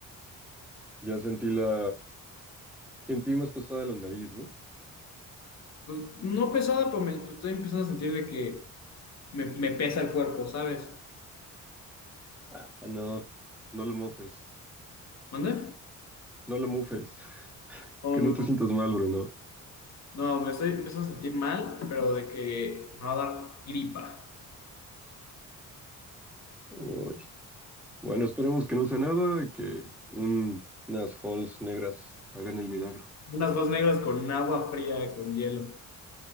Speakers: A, in the centre; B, on the left (about 55°).
A: ya sentí la... Sentí más pesada la nariz, ¿no?
B: pues no pesada, pero me pues, estoy empezando a sentir de que me, me pesa el cuerpo, ¿sabes?
A: Ah, no, no lo mofes,
B: ¿Mande?
A: no lo mufes, <laughs>
B: No,
A: que
B: no,
A: no te sientas mal, bro, no.
B: no, me estoy empezando a sentir mal, pero de que me va a dar gripa.
A: Uy. Bueno, esperemos que no sea nada y que un- unas halls negras hagan el milagro.
B: Unas dos negras con agua fría, con hielo.